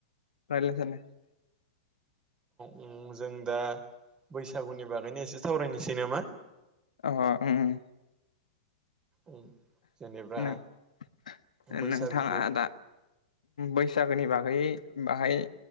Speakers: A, on the left (about 85°); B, on the right (about 25°).
A: रायलायनो सानदों
B: ओम जों दा बैसागुनि बागैनो एसे सावरायनोसै नामा
A: अ ओं ओं
B: उम जेनेबा
A: नो-नोंथाङा
B: बैसागुखौ
A: दा बैसागोनि बागै बाहाय